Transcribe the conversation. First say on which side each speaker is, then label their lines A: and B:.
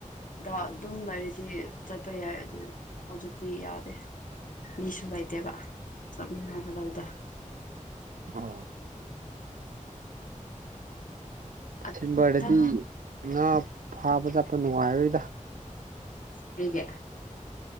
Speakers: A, on the left (about 75°); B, on the right (about 90°).
A: ꯑ ꯑꯗꯨꯝ ꯂꯩꯔꯤꯗꯤ ꯆꯠꯄ ꯌꯥꯏ ꯑꯗꯨ ꯍꯧꯖꯤꯛꯇꯤ ꯌꯥꯗꯦ ꯃꯤ ꯁꯨꯝꯕꯥꯏꯇꯦꯕ ꯁꯠꯅꯤꯡꯒꯗꯧꯕꯗ
B: ꯑ
A: ꯑꯗꯨꯗ
B: ꯁꯦꯝꯕꯔꯗꯤ ꯉꯥ ꯐꯥꯕ ꯆꯠꯄ ꯅꯨꯡꯉꯥꯏꯔꯣꯏꯗ
A: ꯍꯒꯦ